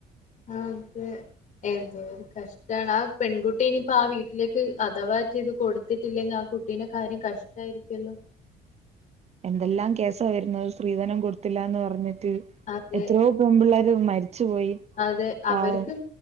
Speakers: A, on the left; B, on the right.
A: ആഹ് അതെ എന്തോ ഒരു കഷ്ടമാണ് ആ എന്തോര്കഷ്ടണ് ആപെൺകുട്ടി ഇനിപ്പോ ആ വീട്ടിലേക്ക്അഥവായിച് ഇത് കൊടുത്തിട്ടില്ലെങ്കി ആ കുട്ടി പിന്നെ കാര്യം കഷ്ടയിരിക്കുല്ലോ
B: എന്തെല്ലാം കേസാ വരുന്നത് സ്ത്രീധനം കൊടുത്തില്ല ന്ന് പറഞ്ഞിട്ട്
A: അതെ
B: എത്രയോ പെൺപിള്ളേര് മരിച്ചു പോയി
A: അതെ അവര്ക്ക്
B: പാവം